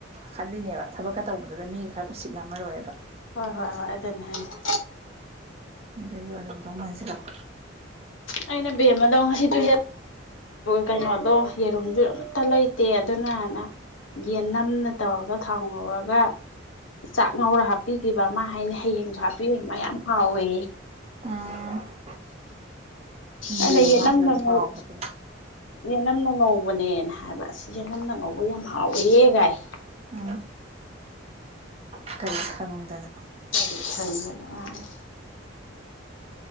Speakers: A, on the right; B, on the left.
A: ꯈꯜꯂꯤꯅꯦꯕ ꯊꯕꯛꯀ ꯇꯧꯕꯗꯨꯗ ꯃꯤ ꯈꯔ ꯎꯁꯤꯠꯂꯝꯃꯔꯣꯏꯑꯕ
B: ꯍꯣꯏ ꯍꯣꯏ ꯍꯣꯏ ꯑꯗꯨꯅꯦ ꯍꯥꯏꯖꯦ
A: ꯑꯗꯨꯒꯤ ꯑꯣꯏꯔꯣꯝꯗꯧ ꯃꯥꯟꯁꯤꯜꯂꯛꯄ
B: ꯑꯩꯅ ꯕꯦꯝꯗꯣ ꯉꯁꯤꯗꯨ ꯀꯩꯅꯣꯗꯣ ꯌꯦꯔꯨꯝꯁꯨ ꯑꯃꯠꯇ ꯂꯩꯇꯦ ꯑꯗꯨꯅ ꯅꯥꯟꯅ ꯌꯦꯅꯝꯅ ꯇꯧꯔꯒ ꯊꯥꯎ ꯉꯧꯔꯒ ꯆꯥꯛ ꯉꯧꯔ ꯍꯥꯞꯄꯤꯒꯤꯕ ꯃꯥ ꯍꯥꯏꯅꯦ ꯍꯌꯦꯡꯁꯨ ꯍꯥꯞꯄꯤꯕꯨ ꯃꯥ ꯌꯥꯝ ꯍꯥꯎꯋꯦ
A: ꯎꯝ
B: ꯑꯩꯅ
A: ꯌꯦꯔꯨꯝ
B: ꯌꯦꯅꯝꯅ
A: ꯍꯥꯞꯇ꯭ꯔꯁꯨ
B: ꯉꯧ
A: ꯍꯥꯎꯕꯗꯨꯕꯨ
B: ꯅꯝꯅ ꯉꯧꯕꯅꯦꯅ ꯍꯥꯏꯕ ꯌꯦꯅꯝꯅ ꯉꯧꯕ ꯌꯥꯝ ꯍꯥꯎꯋꯦ ꯒꯥꯏꯌꯦ
A: ꯎꯝ ꯀꯔꯤ ꯈꯪꯗꯅ
B: ꯀꯥꯏꯗꯒꯤ ꯐꯪꯗꯣꯏꯅꯣ ꯃꯥ ꯍꯥꯏ